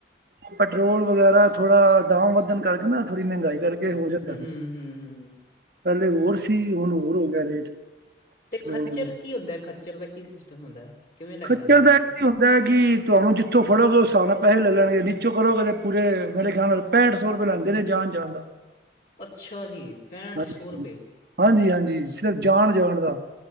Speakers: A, on the right; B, on the left.
A: ਪੈਟਰੋਲ ਵਗੈਰਾ ਥੋੜਾ ਦਾਮ ਵੱਧਣ ਕਰਕੇ ਨਾ ਥੋੜ੍ਹੀ ਮਹਿੰਗਾਈ ਕਰਕੇ ਹੋ ਜਾਂਦਾ।
B: ਹੂੰ
A: ਫਿਰ
B: ਹੂੰ ਹੂੰ।
A: ਪਹਿਲੇ ਹੋਰ ਸੀ। ਹੁਣ ਹੋਰ ਹੋ ਗਿਆ ਰੇਟ। ਪੈਟਰੋਲ
B: ਤੇ ਖੱਚਰ
A: ਵਗੈਰਾ
B: ਕੀ ਹੁੰਦਾ ਹੈ। ਖੱਚਰ ਦਾ ਕੀ ਸਿਸਟਮ ਹੁੰਦਾ ਹੈ? ਕਿਵੇਂ ਲੱਗ
A: ਖੱਚਰ
B: ਜਾਂਦੇ ਨੇ
A: ਦਾ
B: ਉਹਦੇ
A: ਕੀ
B: ਤੇ
A: ਕਿ ਤੁਹਾਨੂੰ ਜਿੱਥੋਂ ਫੜੋਗੇ। ਉਸ ਸ ਨਾਲ ਪੈਸੇ ਲੈ ਲੈਣਗੇ। ਨੀਚੋਂ ਕਰੋਗੇ ਤੇ ਪੂਰੇ ਮੇਰੇ ਖਿਆਲ ਨਾਲ ਪੈਂਠ ਸੌ ਰੁਪਏ ਲੈਂਦੇ ਨੇ ਜਾਣ-ਜਾਣ ਦਾ।
B: ਅੱਛਾ ਜੀ ਪੈਂਠ
A: ਹਾਂਜੀ
B: ਸੌ ਰੁਪਏ।
A: ਹਾਂਜੀ ਹਾਂਜੀ। ਸਿਰਫ ਜਾਣ- ਜਾਣ ਦਾ,